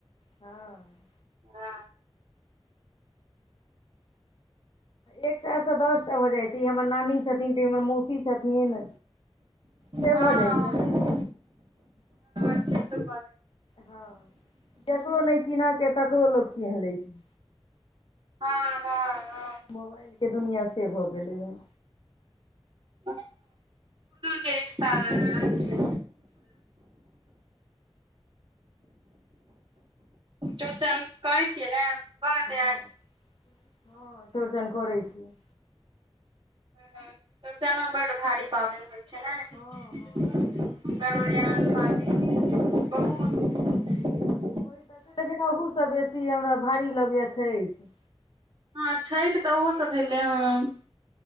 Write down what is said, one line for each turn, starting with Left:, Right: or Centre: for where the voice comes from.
Left: हँ।
Right: ह।
Left: एकटा से दस टा भऽ जाइ छै, ई हमर नानी छथिन, तऽ ई हमर मौसी छथिन। से
Right: हँ
Left: भऽ जाइ छै ने।
Right: से तऽ बड़
Left: हँ, जकरो नहि चिन्हत, तकरो लोक चिन्ह लै छै।
Right: हँ- हँ- हँ।
Left: मोबाइलके दुनिआँ से भऽ गेलैये।
Right: ओ दूर दूरके रिश्ता लगै छै। चौड़चन करै छियै ने? भ गेल
Left: हँ
Right: तैयारी।
Left: हँ चौड़चन करै छियै।
Right: ह त चौरचनो बड्ड भारी पाबनि होइ छै ने।
Left: हँ हँ
Right: बड़ बढ़ियाॅं भादब मे बहुत छै। <inaudible>
Left: होइ त छै लेकिन अहूसँ बेसी, हमरा भारी लगैये छैठ।
Right: हँ छठि तऽ ओहो से भेलै हँ।